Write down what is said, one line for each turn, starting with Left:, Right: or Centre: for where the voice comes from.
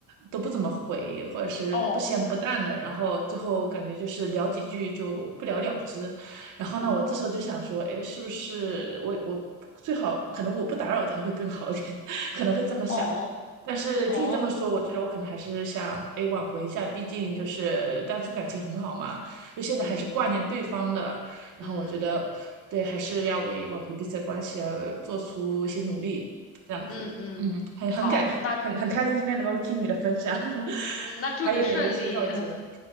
Right: 都不怎么回，或者是不咸不淡的，
Left: 哦
Right: 然后最后感觉就是聊几句就不了了之。然后呢，
Left: 哦，
Right: 我这时候就想说，哎，是不是我我最好可能我不打扰他会更好一点，<laughs> 可能会这么想。
Left: 哦
Right: 但是听你这么说，
Left: 哦，
Right: 我觉得我可能还是想，哎，挽回一下，毕竟就是当初感情很好嘛。就现在还是挂念对方的。
Left: 嗯
Right: 然后我觉得，
Left: 嗯
Right: 对，还是要为挽回彼此的关系而做出一些努力，这样子。
Left: 嗯嗯，
Right: 嗯，很很感很很很开心今天能够听你的分享，
Left: 好，那
Right: <laughs>
Left: 嗯那祝你顺利，
Right: 还有你的一些告诫。
Left: <laughs> 嗯